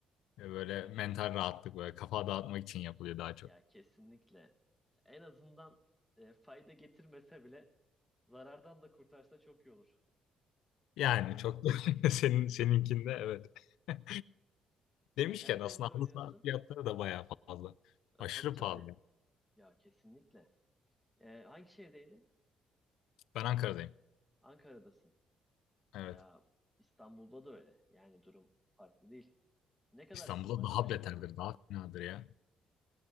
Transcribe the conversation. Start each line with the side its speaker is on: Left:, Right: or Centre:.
Left: Ve Böyle mental rahatlık böyle kafa dağıtmak için yapılıyor daha çok.
Centre: Ya kesinlikle. En azından e, fayda getirmese bile Zarardan da kurtarsa çok iyi olur.
Left: Yani
Centre: Yani
Left: çok da <laughs> senin seninkinde evet. <laughs> Demişken
Centre: e, kaç senedir
Left: aslında
Centre: oynuyorsun?
Left: halı saha fiyatları da bayağı fazla.
Centre: E,
Left: Aşırı
Centre: tabii tabii.
Left: pahalı.
Centre: Ya kesinlikle. E, hangi şehirdeydin?
Left: Ben Ankara'dayım.
Centre: Ankara'dasın.
Left: Evet.
Centre: Ya İstanbul'da da öyle. Yani durum farklı değil. Ne kadar
Left: İstanbul'da
Centre: isim maç
Left: daha
Centre: başı
Left: beterdir,
Centre: falan?
Left: daha finadır ya.